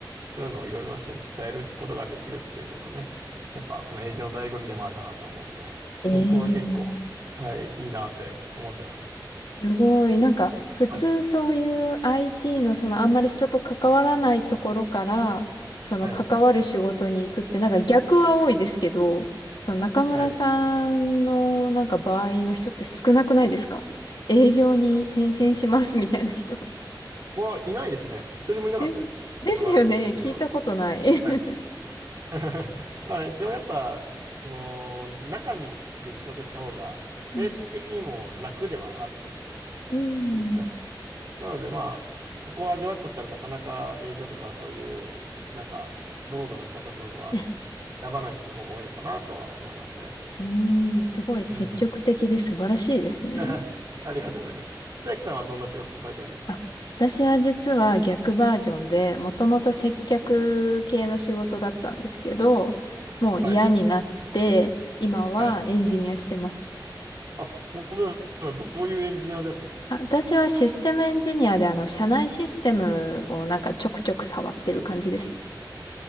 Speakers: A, on the right (about 55°); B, on the left (about 65°).
A: そういうのをいろいろな人に伝えることができるっていうのがね、やっぱこの営業の醍醐味でもあるかなと思うので、
B: ええ
A: 僕は結構、はい、いいなって思ってます。
B: すごい。なんか、普通そういう
A: はい。
B: IT のそのあんまり人と関わらないところから、その関わる仕事に行くって、
A: はい。
B: なんか逆は多いですけど、その中村さんのなんか場合の人って少なくないですか営業に転身しますみたいな人。
A: はい。はい。いないですね。一人もいなかったです。
B: <laughs> です、ですよね。
A: この周りには。
B: 聞いたことない。
A: はい
B: <laughs>
A: <laughs> まあ、基本やっぱ、その、中にで仕事した方が、精神的にも楽ではあるので、
B: うん。うん。
A: 実際。なのでまあ、そこを味わっちゃったらなかなか営業とかそういう、なんか、ドロドロした部分は
B: <laughs>
A: 選ばない人の方が多いのかなとは思いますね。
B: うん、すごい積極的で素晴らしいですね。
A: うん。<laughs> ありがとうございます。千秋さんはどんな仕事をされてるんですか
B: あ私は実は逆バージョンで、もともと接客系の仕事だったんですけど、もう嫌になって、
A: はい。
B: 今はエンジニアしてます。
A: はい。あ、本当ですか。どういうエンジニアですか
B: あ、私はシステムエンジニアで、あの、社内システムをなんかちょくちょく触ってる感じですね。
A: うん